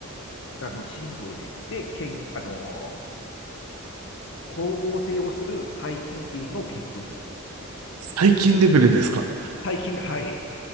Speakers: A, on the left (about 55°); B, on the right (about 85°).
A: あの、シンプルで。で、研、あの、光合成をする細菌っていうのを研究してました。
B: 最近レベルですか
A: 細菌で、はい。